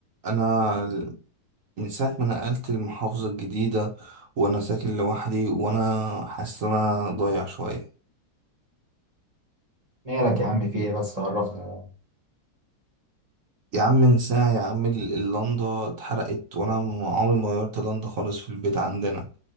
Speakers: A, on the right; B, on the right.
A: انا من ساعه ما نقلت المحافظه الجديده وانا ساكن لوحدي وانا حاسس ان انا ضايع شويه
B: مالك يا عم في ايه بس عرفني
A: يا عم من ساعه يا عم ال- اللندا اتحرقت وانا م- عمري ما غيرت لندا خالص في البيت عندنا